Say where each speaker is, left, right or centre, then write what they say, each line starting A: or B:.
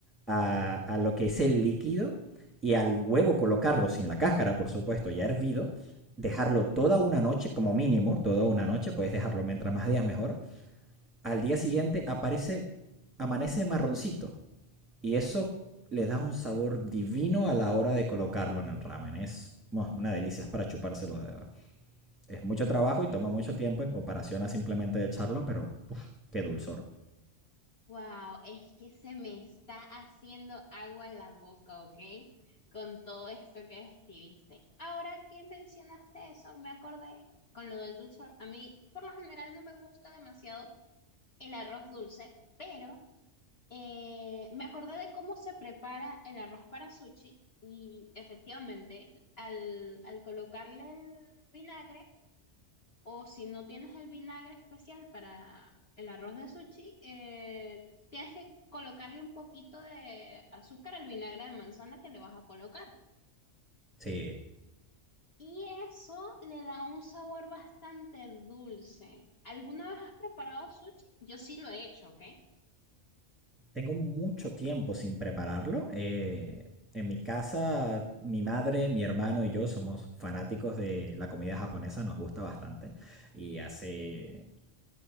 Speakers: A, in the centre; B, on the left.
A: a, a lo que es el líquido y al huevo colocarlo sin la cáscara, por supuesto, ya hervido, dejarlo toda una noche como mínimo, toda una noche, puedes dejarlo mientras más días mejor. Al día siguiente aparece, amanece marroncito y eso le da un sabor divino
B: Wow.
A: a la hora de colocarlo en el ramen. Es bueno, una delicia, es para chuparse los dedos. Es mucho trabajo y toma mucho tiempo en comparación a simplemente echarlo, pero uf, qué dulzor.
B: Wow, es que se me está haciendo agua la boca, ¿ok? Con todo esto que describiste. Ahora que mencionaste eso, me acordé con lo del dulzor. A mí, por lo general, no me gusta demasiado el arroz dulce, pero eh, me acordé de cómo se prepara el arroz para sushi y efectivamente, al, al colocarle el vinagre, O si no tienes el vinagre especial para el arroz de sushi, eh, tienes que colocarle un poquito de azúcar al vinagre de manzana que le vas a colocar.
A: Sí,
B: Y eso le da un sabor bastante dulce. ¿Alguna vez has preparado sushi? Yo sí lo he hecho, ¿ok?
A: tengo mucho tiempo sin prepararlo. Eh, en mi casa, mi madre, mi hermano y yo somos fanáticos de la comida japonesa, nos gusta bastante. Y hace